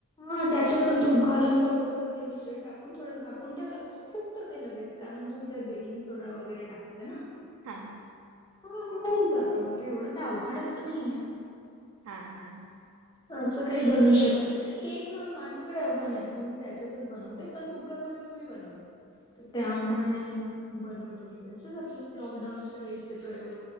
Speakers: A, on the left; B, on the right.
A: हा त्याच्यात पण तूप घालून थोडंस ते मिश्रण टा कुण थोडं झाकून ठेवलं फूक्त ते लगेच कारण तुम्ही त्यात बेकिंग सोडा वगैरे टाकताय ना.
B: हा हा.
A: हा म होऊन जात ते एवढं काय अवघड असं नाहीये.
B: हा हा हा.
A: असं काही बनवू शकता. केक ना माझ्याकडे ओव्हन आहे ना, म मी त्याच्यातच बनवते. पण कुकर मध्ये प- <unintelligible> त्यामुळे.
B: हा
A: बनवत असते. असंच आपलं लॉकडाऊनच्या वेळीचे प्रयोग.